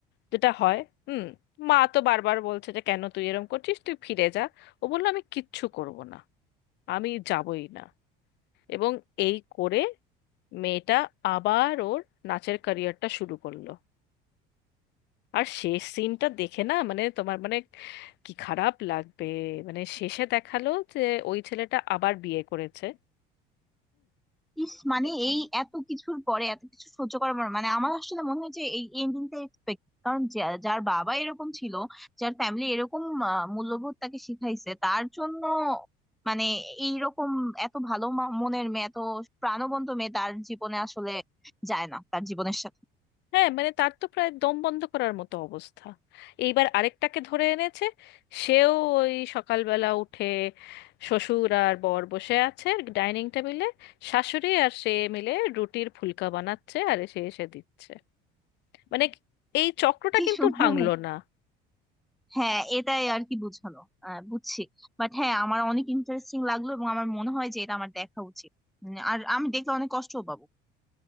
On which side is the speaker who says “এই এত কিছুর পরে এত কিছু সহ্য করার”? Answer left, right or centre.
Centre